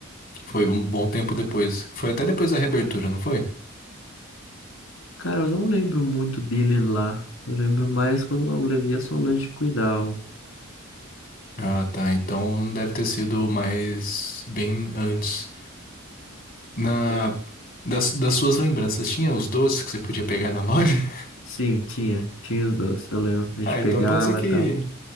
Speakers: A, on the left (about 45°); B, on the left (about 70°).
A: Que foi um bom tempo depois. Foi até depois da reabertura, não foi?
B: Cara, eu não lembro muito dele lá. Eu lembro mais quando o Levi e a Solange cuidavam.
A: Ah, tá. Então deve ter sido mais bem antes. Na,
B: É.
A: das, das suas lembranças, tinha os doces que você podia pegar na loja? <laughs>
B: Sim, tinha. Tinha os doces, eu lembro. A gente
A: Ah,
B: pegava
A: então pode ser que.
B: e tal.